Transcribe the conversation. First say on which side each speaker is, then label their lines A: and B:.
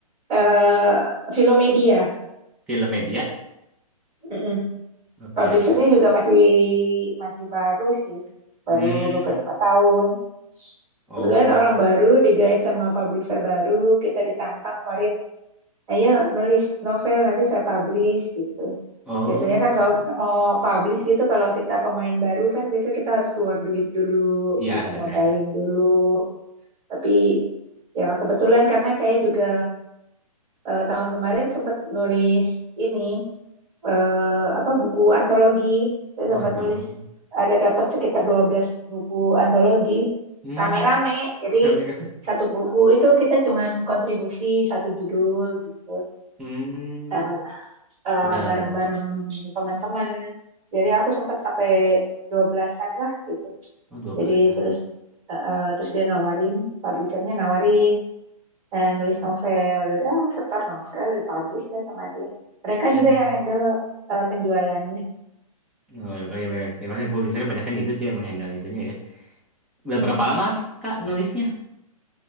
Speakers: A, on the right; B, in the centre.
A: Eh, Filomedia.
B: Film Media?
A: Mm-mm.
B: Oke,
A: Publishernya
B: film.
A: juga masih masih baru sih, baru
B: Hmm.
A: beberapa tahun.
B: Oh.
A: Kebetulan orang baru digait sama publisher baru, kita ditantang kemarin, ayo nulis novel nanti saya publish gitu.
B: Oh.
A: Biasanya kan kalau kita mau publish gitu, kalau kita pemain baru kan biasa kita harus keluar duit dulu,
B: Iya,
A: gitu
B: benar.
A: modalin dulu. Tapi ya kebetulan karena saya juga eh, tahun kemarin sempat nulis ini eh, apa buku antologi. Saya
B: Mohon
A: sempat
B: tolong.
A: nulis ada dapat sekitar 12 buku antologi
B: Hmm.
A: rame-rame. Jadi
B: Kami, kami.
A: satu buku itu kita cuman kontribusi satu judul gitu.
B: Hmm.
A: Eh, eh,
B: Udah.
A: bareng-bareng
B: loh.
A: teman-teman. Jadi aku sempat sampai dua belasan lah gitu.
B: Oh, 12-an.
A: Jadi terus eh, eh, terus dia nawarin, publishernya nawarin eh, nulis novel. Ya udah aku setor novel, dipublish dah sama dia. Mereka
B: Hmm.
A: juga yang handle eh, penjualannya.
B: Oh, ya, ya, ya. ya. Memang publishernya banyak kan gitu sih emang handle itunya ya. Udah
A: Mm-mm.
B: berapa lama, Kak, nulisnya?